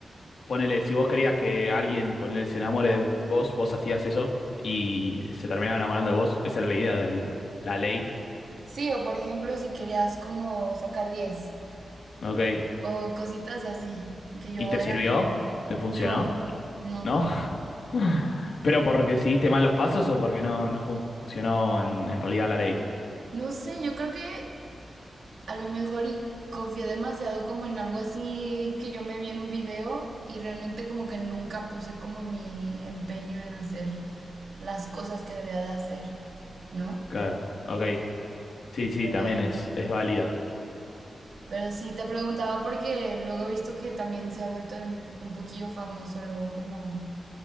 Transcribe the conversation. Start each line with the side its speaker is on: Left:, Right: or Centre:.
Left: ponele, si vos querías que alguien, ponele, se enamore de vos, vos hacías eso y se terminaba enamorando de vos. Esa era la idea de la ley.
Right: Sí, o por ejemplo, si querías como sacar 10
Left: Ok.
Right: o cositas así, que yo
Left: ¿Y te
Right: era
Left: sirvió?
Right: como,
Left: ¿Te funcionó?
Right: no, no.
Left: ¿No? <laughs> ¿Pero porque seguiste mal los pasos o porque no, no funcionó en, en realidad la ley?
Right: No sé, yo creo que a lo mejor y confié demasiado como en algo así que yo me vi en un video y realmente como que nunca puse como mi empeño en hacer las cosas que debería de hacer, ¿no?
Left: Claro. Ok. Sí, sí,
Right: Pero,
Left: también es, es válida.
Right: pero sí te preguntaba porque luego he visto que también se ha vuelto en- un poquillo famoso luego como,